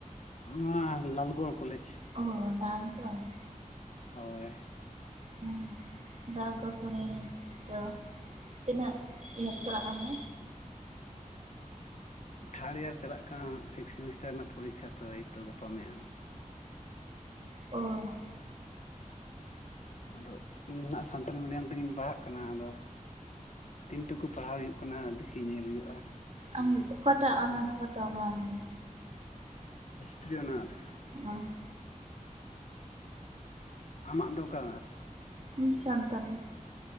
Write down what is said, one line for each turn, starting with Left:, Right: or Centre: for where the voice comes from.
Left: ᱱᱚᱣᱟ ᱞᱟᱞᱜᱚᱲ ᱠᱚᱞᱮᱡᱽ ᱾
Right: ᱚᱻ ᱞᱟᱞᱜᱚᱲ ᱾
Left: ᱦᱳᱭ ᱾
Right: ᱦᱮ ᱞᱟᱞᱜᱚᱲ ᱠᱚᱞᱮᱡᱽ ᱫᱚ ᱛᱤᱱᱟᱹᱜ ᱤᱭᱟᱨ ᱪᱟᱞᱟᱜ ᱠᱟᱱ ᱛᱟᱢᱟ?
Left: ᱛᱷᱟᱲ ᱤᱭᱟᱨ ᱪᱟᱞᱟᱜ ᱠᱟᱱᱟ, ᱥᱤᱠᱥ ᱥᱮᱢᱤᱥᱴᱟᱨ ᱨᱮᱱᱟᱜ ᱯᱚᱨᱤᱠᱷᱟ ᱛᱚ ᱮᱭᱛᱚ ᱜᱟᱯᱟ ᱢᱮᱭᱟᱝ ᱾
Right: ᱚᱻ
Left: ᱟᱫᱚ ᱤᱧ ᱦᱚᱱ ᱦᱟᱜ ᱥᱟᱱᱛᱟᱞᱤ ᱢᱤᱰᱤᱭᱟᱢ ᱛᱮᱜᱤᱧ ᱯᱟᱲᱦᱟᱜ ᱠᱟᱱᱟ ᱾ ᱟᱫᱚ ᱛᱤᱱ ᱴᱩᱠᱩ ᱯᱟᱲᱦᱟᱣ ᱦᱩᱭᱩᱜ ᱠᱟᱱᱟ ᱫᱮᱠᱷᱤ ᱧᱮᱞ ᱦᱩᱭᱩᱜ-ᱟ ᱾
Right: ᱟᱢ ᱚᱠᱟᱴᱟᱜ ᱚᱱᱟᱨᱥ ᱦᱟᱛᱟᱣ ᱟᱠᱟᱫᱟᱢ ᱟᱢ ᱫᱚ?
Left: History honours.
Right: ᱚᱸ ᱾
Left: ᱟᱢᱟᱜ ᱫᱚ ᱚᱠᱟ ᱚᱱᱟᱨᱥ?
Right: ᱤᱧ ᱥᱟᱱᱛᱟᱞᱤ ᱾